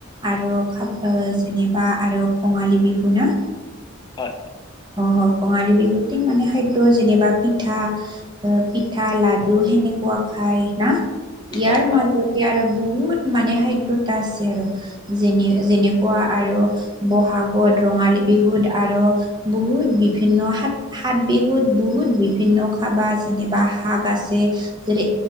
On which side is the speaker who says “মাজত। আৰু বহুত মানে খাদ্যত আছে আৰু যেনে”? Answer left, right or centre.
Right